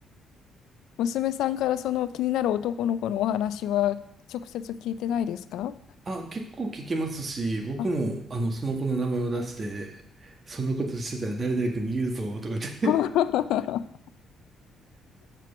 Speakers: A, on the left; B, on the right.
A: 娘さんからその気になる男の子のお話は直接聞いてないですか
B: <laughs> あ、結構聞きますし、僕もあの、
A: あ
B: その子の名前を出して、そんなことしてたら誰々君に言うぞとかって
A: <laughs>